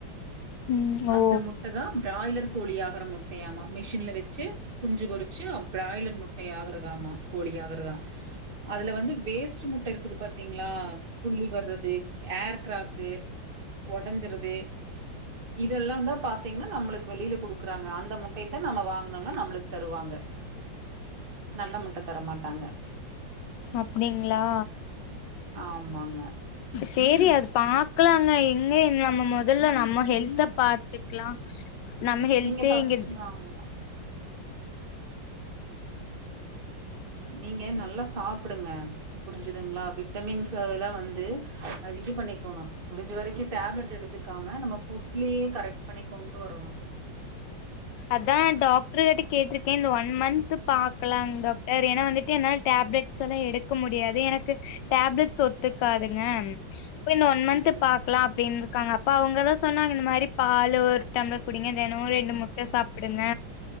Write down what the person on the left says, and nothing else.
ம் ஓ
அப்டிங்ளா
சேரி அது பாக்கலாங்க எங்கங்க நம்ம மொதல்ல நம்ம ஹெல்த பாத்துக்கலா நம்ம ஹெல்தே
இங்க
அத்தா டாக்டரு கிட்ட கேட்ருக் கே இந்த ஒன் மந்த்த் பாக்கலாங்க வேற ஏனா வன்ட்டு என்னால டேப்லெட்ஸ் எல்லா எடுக்க முடியாது எனக்கு டேப்லெட்ஸ் ஒத்துக்காதுங்க இப்ப இந்த ஒன் மந்த்
பாக்கலா அப்டிந்து க்காங்க அப்ப அவங்கதா சொன்னாங்க இந்த மாறி பாலு ஒரு டம்ளர் குடிங்க தெனோ ரெண்டு முட் டை சாப்புடுங்க